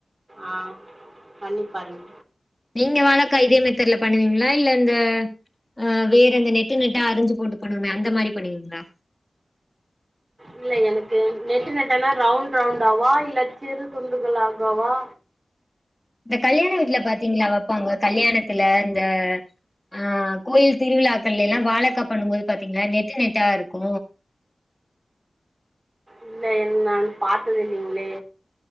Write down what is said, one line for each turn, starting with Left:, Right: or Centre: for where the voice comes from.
Right: ஆஹ் பண்ணி பாருங்
Left: நீங்க வாழக்கா இதே மெத்தட்ல பண்ணுவீங்ளா இல்ல அந்த ஆஹ் வேறந்த நெட்டு நெட்டா அறிஞ்சு போட்டு பண்ணுவமே அந்த மாரி பண்ணுவீங்ளா
Right: இல்ல எனக்கு நெட்டு நெட்டனா ரவுண்ட் ரவுண்ட் ஆவா இல்ல சிறு துண்டுகள் ஆகவா
Left: ந்த கல்யாண வீட்ல பாத்தீங்ளா வெப்பாங்க கல்யாணத்துல இந்த ஆஹ் கோயில் திருவிழாக்கள்ல எல்லா வாழக்கா பண்ணும்போது பாத்தீங்னா நெட்டு நெட்டா ருக்கு
Right: இல்ல என் நான் பாத்தது இல்லிங்ளே